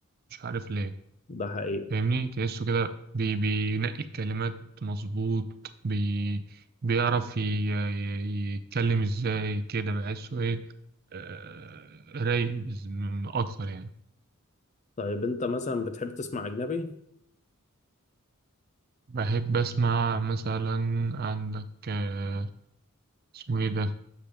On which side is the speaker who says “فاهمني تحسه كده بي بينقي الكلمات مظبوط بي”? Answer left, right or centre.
Right